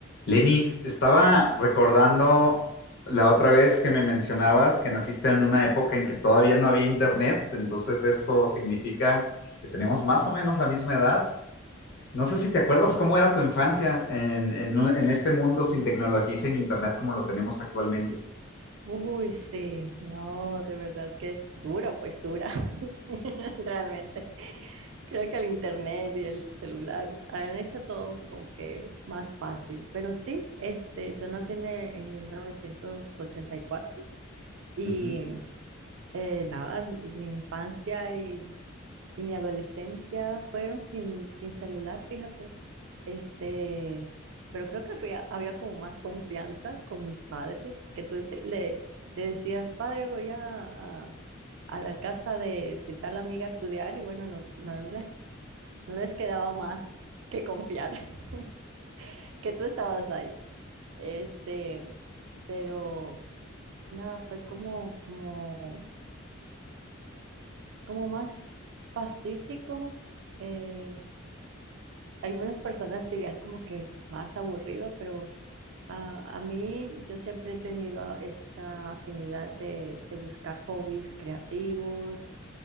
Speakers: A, on the left; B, on the right.
A: Lenis, estaba recordando la otra vez que me mencionabas que naciste en una época en que todavía no había internet, entonces esto significa que tenemos más o menos la misma edad. No sé si te acuerdas cómo era tu infancia en, en un- en este mundo sin tecnología y sin internet como lo tenemos actualmente.
B: Uy, sí, no, de verdad que dura, pues dura, <laughs> realmente. Creo que el internet y el celular han hecho todo como que más fácil, pero sí, este, yo nací en, el- en 1984 y
A: Ujú.
B: cuatro y eh, nada, mi infancia y y mi adolescencia fueron sin, sin celular, fíjate. Este, pero creo que fui a- había como más confianza con mis padres, que tú te- le, le decías, padre, voy a, a- a la casa de, de tal amiga a estudiar, y bueno, no, no les, no les quedaba más que confiar, <laughs> que tú estabas ahí. Este, pero nada, fue como, como, como más pacífico. eh, Algunas personas dirían como que más aburrido, pero ah, a mí yo siempre he tenido esta afinidad de, de buscar hobbies creativos